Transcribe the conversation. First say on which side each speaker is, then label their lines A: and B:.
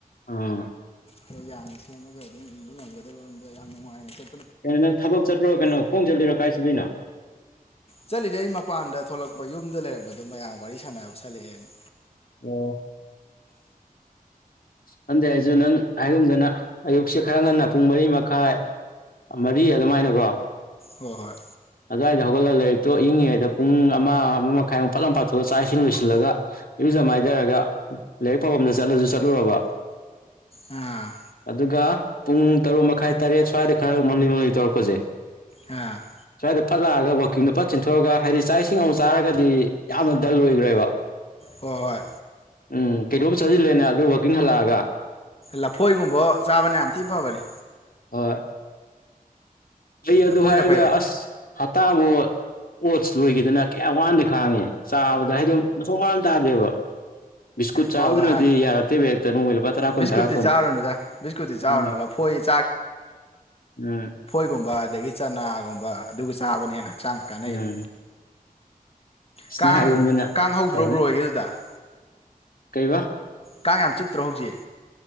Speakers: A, on the left (about 75°); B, on the left (about 40°).
A: ꯑꯥ
B: ꯈꯔ ꯌꯥꯡꯅ ꯁꯦꯝꯃꯒ ꯑꯗꯨꯝ ꯏꯟꯕ ꯉꯝꯒꯗꯕ ꯑꯗ ꯌꯥꯝ ꯅꯨꯡꯉꯥꯏꯅ ꯆꯠꯄ
A: ꯀꯩꯅꯣ ꯅꯪ ꯊꯕꯛ ꯆꯠꯇ꯭ꯔꯣ ꯀꯩꯅꯣ ꯀꯣꯡ ꯆꯠꯂꯤꯣꯏꯔꯣ ꯀꯥꯏꯁꯤꯗꯣꯏꯅꯣ
B: ꯆꯠꯂꯤꯗꯤ ꯑꯩ ꯃꯄꯥꯟꯗ ꯊꯣꯛꯂꯛꯄ ꯌꯨꯝꯗ ꯂꯩꯔꯝꯕꯗꯣ ꯃꯌꯥꯝ ꯋꯥꯔꯤ ꯁꯥꯟꯅꯕ ꯁꯠꯂꯛꯑꯦꯅ
A: ꯑꯣ ꯍꯪꯗꯦ ꯑꯩꯁꯨ ꯅꯪ ꯍꯥꯏꯔꯨꯝꯗꯅ ꯑꯌꯨꯛꯁꯦ ꯈꯔ ꯉꯟꯅ ꯄꯨꯡ ꯃꯔꯤ ꯃꯈꯥꯏ ꯃꯔꯤ ꯑꯗꯨꯃꯥꯏꯅꯀꯣ
B: ꯍꯣꯏ ꯍꯣꯏ
A: ꯑꯗꯗꯤꯒ ꯂꯩ ꯑ ꯇꯣ ꯑꯏꯛꯉꯩꯗ ꯄꯨꯡ ꯑꯃ ꯑꯃ ꯃꯈꯥꯏꯃꯨꯛ ꯄꯠꯂꯝ ꯄꯥꯠꯊꯑ ꯆ ꯏꯁꯤꯟ ꯂꯣꯏꯁꯤꯜꯂꯒ ꯏꯨꯖꯝ ꯃꯥꯏꯊꯔꯒ ꯂꯥꯏꯔꯤꯛ ꯄꯥꯐꯝꯗ ꯆꯠꯂꯁꯨ ꯆꯠꯂꯨꯔꯕ
B: ꯑꯥ
A: ꯑꯗꯨꯒ ꯄꯨꯡ ꯇꯔꯨꯛ ꯃꯈꯥꯏ ꯇꯔꯦꯠ ꯁ꯭ꯋꯥꯏꯗ ꯈꯔ ꯃꯅꯤ ꯃꯅꯤ ꯇꯧꯔꯛꯄꯁꯦ
B: ꯍꯥ
A: ꯁ꯭ꯋꯥꯏꯗ ꯐꯠ ꯂꯥꯛꯑꯒ ꯋꯥꯛꯀꯤꯡꯗꯣ ꯐꯠ ꯆꯤꯟꯊꯣꯛꯑꯒ ꯍꯥꯏꯗꯤ ꯆꯥꯛ ꯏꯁꯤꯡ ꯑꯃꯨꯛ ꯆꯥꯔꯒꯗꯤ ꯌꯥꯝꯅ ꯗꯜ ꯑꯣꯏꯈ꯭ꯔꯦꯕ
B: ꯍꯣ ꯍꯣꯏ
A: ꯎꯝ ꯀꯩꯅꯣꯝ ꯆꯥꯖꯤꯜꯂꯦꯅ ꯑꯗꯨꯒ ꯋꯥꯛꯀꯤꯡ ꯍꯜꯂꯛꯑꯒ ꯒꯥ
B: ꯂꯐꯣꯏꯒꯨꯝꯕ ꯆꯥꯕꯅ ꯌꯥꯝ ꯊꯤ ꯐꯕꯅꯦ
A: ꯍꯣꯏ ꯑꯩ ꯑꯗꯨ
B: ꯂꯐꯣꯏꯅ
A: ꯍꯥꯏꯔꯒ
B: ꯐꯩ
A: ꯑꯁ ꯍꯞꯇꯥ ꯃꯨꯛ ꯑꯣꯠꯁ ꯂꯣꯏꯈꯤꯗꯅ ꯀꯌꯥꯝ ꯋꯥꯟꯗꯤ ꯈꯥꯡꯉꯦ ꯆꯥꯕꯗ ꯍꯥꯏꯗꯤ ꯃꯊꯣꯡ ꯃꯔꯝ ꯇꯥꯗꯦꯕ ꯕꯤꯁꯀꯨꯠ ꯆꯥꯕꯗꯨꯅꯗꯤ
B: ꯍꯣꯏ ꯍꯣꯏ ꯍꯥꯟꯅ
A: ꯌꯥꯔꯛꯇꯦꯕ ꯍꯦꯛꯇ ꯅꯣꯡꯃꯩ ꯂꯨꯄꯥ ꯇꯔꯥ
B: ꯕꯤꯁꯀꯨꯠꯇꯤ
A: ꯀꯨꯟ ꯇꯔꯥ ꯀꯨꯟ
B: ꯆꯥꯔꯨꯅꯨꯗ ꯕꯤꯁꯀꯨꯠꯇꯤ ꯆꯥꯔꯨꯅꯨ
A: ꯎꯝ
B: ꯂꯐꯣꯏ
A: ꯎꯝ
B: ꯒꯨꯝꯕ ꯑꯗꯒꯤ ꯆꯅꯥꯒꯨꯝꯕ ꯑꯗꯨꯒ ꯆꯥꯕꯅ ꯍꯦꯟꯅ ꯍꯛꯆꯥꯡꯗ ꯀꯥꯟꯅꯩꯕ
A: ꯎꯝ ꯁꯅ
B: ꯀꯥꯡ
A: ꯍꯥꯏꯒꯨꯝꯗꯅ
B: ꯀꯥꯡ ꯍꯧꯗ꯭ꯔꯣ
A: ꯐꯔꯅꯤ
B: ꯕ꯭ꯔꯣ ꯑꯣꯏꯒꯦꯗꯨꯗ
A: ꯀꯩꯕ
B: ꯀꯥꯡ ꯌꯥꯝ ꯆꯤꯛꯇ꯭ꯔꯣ ꯍꯧꯖꯤꯛ